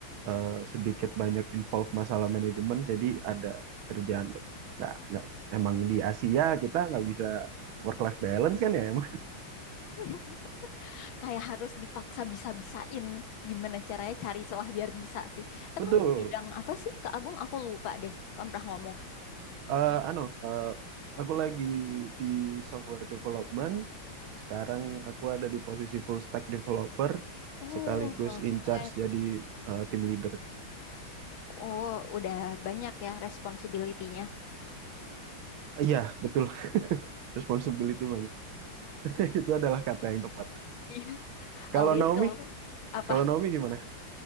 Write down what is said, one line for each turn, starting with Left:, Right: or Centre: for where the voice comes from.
Right: eh, sedikit banyak involve masalah manajemen, jadi ada kerjaan loh. Nggak, nggak. Emang di Asia kita nggak bisa work life balance kan ya emang.
Left: <laughs> Kayak harus dipaksa bisa-bisain. Gimana caranya cari celah biar bisa sih. Eh,
Right: <laughs> Betul.
Left: kamu bidang apa sih Kak Agung? Aku lupa deh. Kamu pernah ngomong.
Right: Eh anu, eh, aku lagi di software development. Sekarang aku ada di posisi full stack developer,
Left: Oh,
Right: sekaligus
Left: full stack.
Right: in charge jadi eh, team leader.
Left: Oh, udah banyak ya responsibility-nya.
Right: Iya, betul. <laughs> Responsibility banyak. <laughs> Itu adalah kata yang tepat.
Left: <laughs>
Right: Kalau
Left: alias
Right: Naomi,
Left: kalau apa
Right: kalau Naomi gimana?